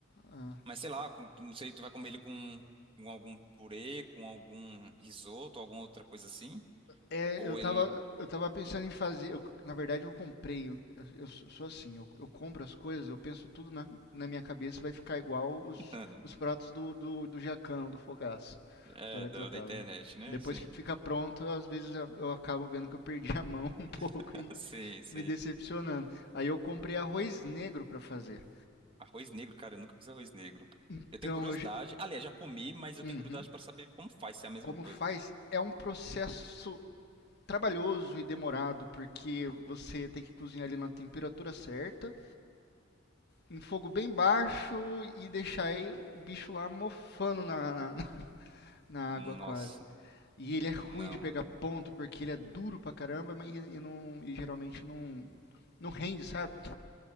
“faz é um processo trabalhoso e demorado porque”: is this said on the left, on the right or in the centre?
Left